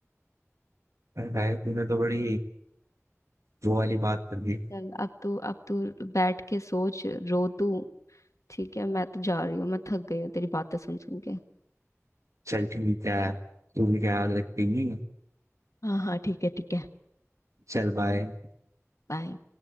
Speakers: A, on the right (about 70°); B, on the left (about 75°).
A: अरे, तूने तो बड़ी वो वाली बात कर दी
B: चल अब तू अब तू बैठ के सोच रो तू ठीक है मैं तो जा रही हूँ मैं थक गई हूँ तेरी बातें सुन सुन के
A: चल ठीक है तू भी क्या याद रखेगी
B: हाँ हाँ ठीक है ठीक है
A: चल बाय
B: बाय